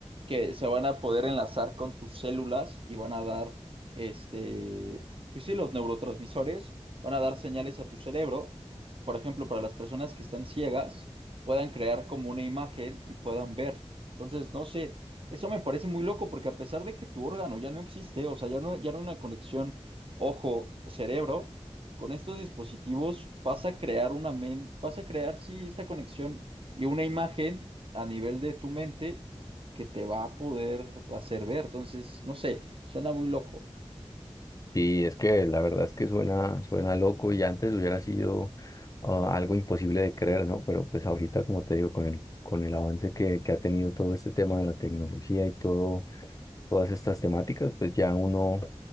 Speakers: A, on the right (about 55°); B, on the left (about 30°).
A: que se van a poder enlazar con tus células y van a dar, este, pues sí, los neurotransmisores, van a dar señales a tu cerebro. Por ejemplo, para las personas que están ciegas, puedan crear como una imagen y puedan ver. Entonces, no sé, eso me parece muy loco porque a pesar de que tu órgano ya no existe, o sea, ya no, ya no hay una conexión ojo-cerebro, con estos dispositivos vas a crear una men- vas a crear sí esta conexión y una imagen a nivel de tu mente que te va a poder hacer ver. Entonces, no sé, suena muy loco.
B: Sí, es que la verdad es que suena, suena loco y antes hubiera sido ah, algo imposible de creer, ¿no? Pero pues ahorita, como te digo, con el, con el avance que, que ha tenido todo este tema de la tecnología y todo, todas estas temáticas, pues ya uno